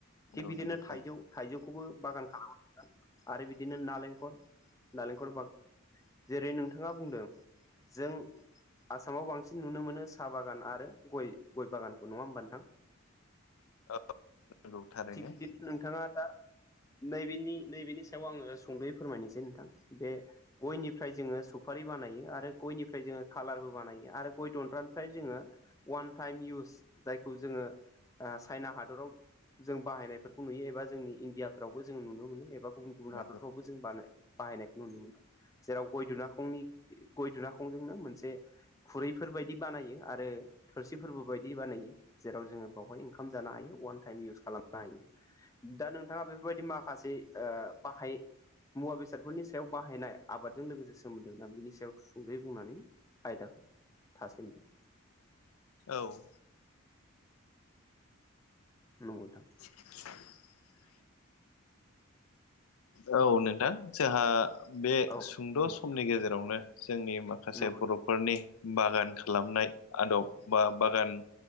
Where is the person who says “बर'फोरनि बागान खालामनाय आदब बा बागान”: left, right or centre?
Left